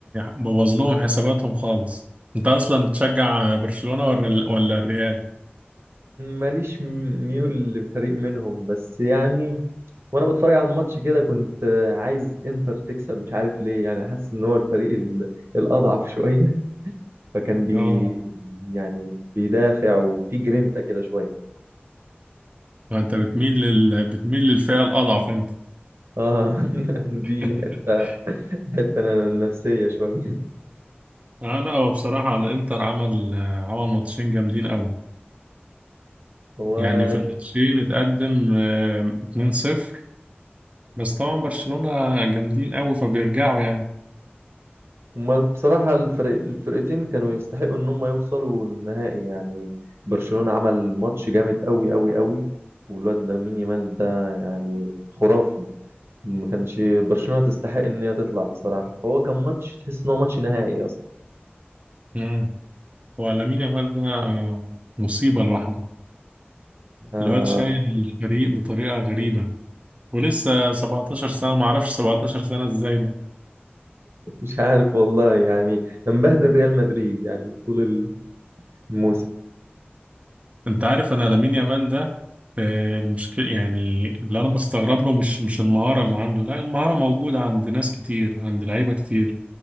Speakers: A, on the right; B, on the right.
A: بوظ لهم حساباتهم خالص انت اصلا بتشجع برشلونة ولا ال- ولا الريال
B: ماليش ميول لفريق منهم بس يعني وأنا بتفرج على الماتش كده كنت آه، عايز إنتر تكسب مش عارف ليه يعني حاسس إن هو الفريق ال- الأضعف <laughs> شوية فكان بي
A: اه
B: يعني بيدافع وفي جرينتا كده شوية
A: انت بتميل لل... بتميل للفئة الاضعف انت
B: اه <laughs>
A: <laughs>
B: دي حتة حتة نفسية شوية
A: اه لا هو بصراحة الانتر عمل عمل ماتشين جامدين قوي
B: هو
A: يعني في الماتشين اتقدم آه، 2-0 بس طبعا برشلونة جامدين قوي فبيرجعوا يعني
B: هما بصراحة الفرق الفرقتين كانوا يستحقوا ان هم يوصلوا النهائي يعني برشلونة عمل ماتش جامد قوي قوي قوي والواد لامين يامال ده يعني خرافي ما كانش برشلونة تستحق ان هي تطلع بصراحة فهو كان ماتش تحس ان هو ماتش نهائي اصلا
A: امم ولامين يامال ده آه، مصيبة لوحده
B: آه
A: الواد شايل الفريق بطريقة غريبة ولسه 17 سنة معرفش 17 سنة ازاي ده
B: مش عارف والله يعني مبهدل ريال مدريد يعني طول الموسم
A: انت عارف انا لامين يامال ده آه، المشكلة يعني اللي انا بستغرب له مش مش المهارة اللي عنده لا المهارة موجودة عند ناس كتير عند لعيبة كتير